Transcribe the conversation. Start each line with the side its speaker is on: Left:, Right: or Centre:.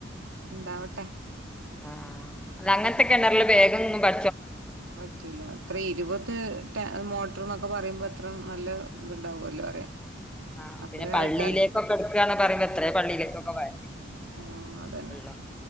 Right: ഉണ്ടാവട്ടെ
Centre: ആഹ് അത് അങ്ങനത്തെ കിണറില് വേഗം ഒന്നും ബ
Right: ഉം പറ്റൂല അത്ര ഇരുപത് ട മോട്ടർ എന്നൊക്കെ പറയുമ്പോ അത്ര നല്ല ഇത്ണ്ടാവുമല്ലോ അറിയ
Centre: ആഹ്
Right: അത്രയും
Centre: പിന്നെ പള്ളിലേകൊക്കോ
Right: ആൾക്കാർക്ക്
Centre: എടുകയന്ന് പറയ്പോ എത്രേ പള്ളിയിലേക്കൊക്കെ വേണ്ടേ
Right: ആഹ് അതന്നെ
Centre: വെള്ളം